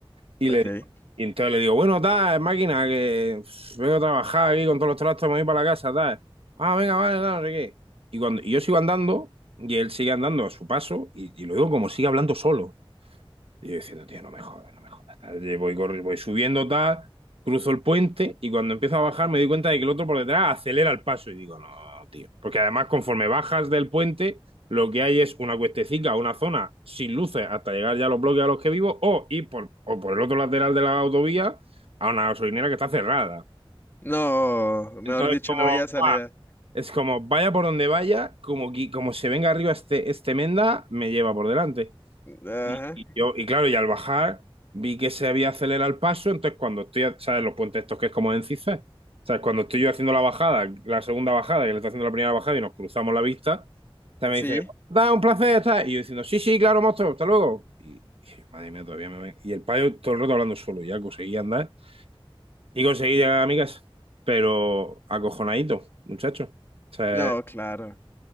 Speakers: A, on the right (about 70°); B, on the left (about 25°).
A: Y
B: ok.
A: le digo- y entonces le digo, bueno, tal, máquina, que uf, vengo a trabajar aquí con todos los trastos, me voy para la casa, tal. Ah, venga, vale, tal, no sé qué. Y cuando y yo sigo andando, y él sigue andando a su paso, y, y lo digo como sigue hablando solo. Y yo diciendo, tío, no me jodas, no me jodas. tal. Voy, corri- voy subiendo tal, cruzo el puente y cuando empiezo a bajar me doy cuenta de que el otro por detrás acelera el paso y digo, no, tío. Porque además conforme bajas del puente, lo que hay es una cuestecica, una zona sin luces hasta llegar ya a los bloques a los que vivo o ir por, o por el otro lateral de la autovía a una gasolinera que está cerrada.
B: No, mejor
A: Entonces,
B: dicho,
A: como,
B: no había salida.
A: ¡buah! es como, vaya por donde vaya, como, qui- como se venga arriba este, este menda, me lleva por delante.
B: Ajá.
A: Y, y yo, y claro, y al bajar vi que se había acelerado el paso, entonces cuando estoy, a- ¿sabes? Los puentes estos que es como en zigzag, ¿sabes? Cuando estoy yo haciendo la bajada, la segunda bajada, que le está haciendo la primera bajada y nos cruzamos la vista, te me
B: Sí.
A: dice, da un placer, tal. Y yo diciendo, sí, sí, claro, monstruo, hasta luego. Y, y madre mía, todavía me ven. Y el payo todo el rato hablando solo, y ya conseguí andar y conseguí llegar a mi casa, pero acojonadito, muchacho. O sea,
B: No, claro.